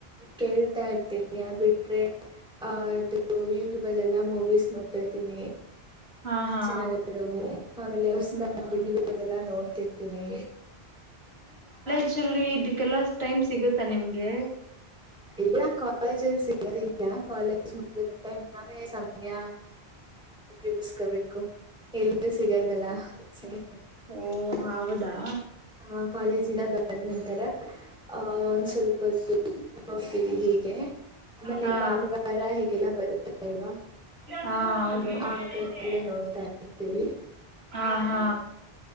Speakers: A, in the centre; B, on the right.
A: ಕೇಳ್ತಾ ಇರ್ತೀನೆ ಯಾನ್ ಬಿಟ್ರೆ ಆ ಇದು ಯೂಟ್ಯೂಬ್ ಅಲ್ಲೆಲ್ಲ ಮೂವೀಸ್ ನೋಡ್ ನಿ
B: ಹಾ ಹಾ
A: ಚೆನ್ನಾಗಿದವು ಆಮೇಲೆ ವ
B: ಹ್ಮ್
A: ಆಗ್ಬಿಟ್ಟಿದರುಲ್ಲ
B: ಹ್ಮ್
A: ನೋಡ್ ರ್ತೀನಿ
B: ಲ್ಲಿ ಇದಕ್ಕೆಲ್ಲ ಟೈಮ್ ಸಿಗುತ್ತಾ ನಿಮ್ಗೆ
A: ಇಲ್ಲ ಕಾಲೇಜ ಸಿಗೋದಿಲ್ಲ ಕಾಲೇಜ್ ಮುಗದಂತ ನಾವೇ ಸಮಯ ಉಪಯೋಗಸ್ಕೋಬೇಕು. ಎಲ್ಲ ಸಿಗಲ್ವಲ್ಲ ಸರಿ
B: ಓ ಹೌದಾ
A: ಹ ಕಾಲೇಜ್ ದಿನ ಬಂದ ನಂತರ ಅಹ ಒಂದ ಸ್ವಲ್ಪ ಹೊತ್ತು ನೋಡ್ತೀವಿ ಹೀಗೆ ಆಮೇಲೆ
B: ಹಾ
A: ಭಾನುವಾರ ಹೇಗೆಲ್ಲ ಬರುತ್ತೆ ಅಲ್ವಾ
B: ಹಾ ಹೌದು
A: ಆಗ ಎಲ್ಲ ನೋಡ್ತಾರೆ ಇರ್ತೀವಿ
B: ಹಾ ಹಾ